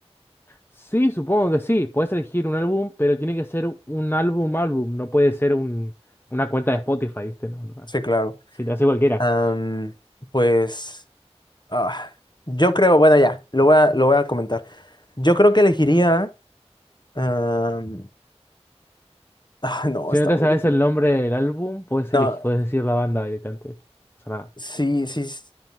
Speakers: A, on the left; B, on the left.
A: Sí, supongo que sí. puedes elegir un álbum, pero tiene que ser un álbum álbum. No puede ser un, una cuenta de Spotify, ¿viste? No, no.
B: Sí, claro.
A: Si te hace cualquiera.
B: Am, pues, ah, yo creo, bueno, ya, lo voy a, lo voy a comentar. Yo creo que elegiría... am, <laughs> ah, no,
A: Si
B: está
A: no te
B: muy
A: sabes
B: difícil.
A: el nombre del álbum, puedes
B: No,
A: elegir, puedes decir la banda directamente. No pasa
B: sí, sí, s-